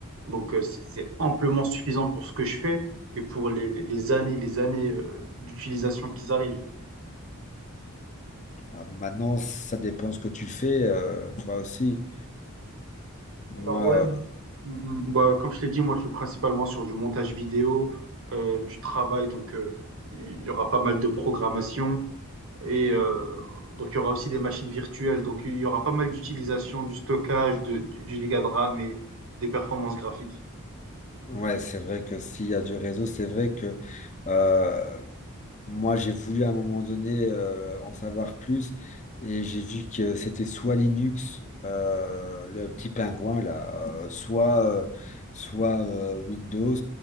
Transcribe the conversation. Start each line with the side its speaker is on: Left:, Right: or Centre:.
Right: Donc, euh, c'est c'est amplement suffisant pour ce que je fais et pour les, les les années, les années euh, d'utilisation qui arrivent.
Left: Ah, maintenant, ça dépend ce que tu fais, euh, toi aussi. Moi,
Right: Alors ouais, m-
Left: euh,
Right: m- bah, comme je l'ai dit, moi je suis principalement sur du montage vidéo, euh, du travail, donc euh, il y aura pas mal de programmation et euh, donc il y aura aussi des machines virtuelles, donc il y aura pas mal d'utilisation du stockage, de, du, du giga de RAM et des performances graphiques.
Left: ouais, c'est vrai que s'il y a du réseau, c'est vrai que euh, Moi, j'ai voulu à un moment donné euh, en savoir plus et j'ai vu que c'était soit Linux, euh, le petit pingouin là, euh, soit, euh, soit euh, Windows.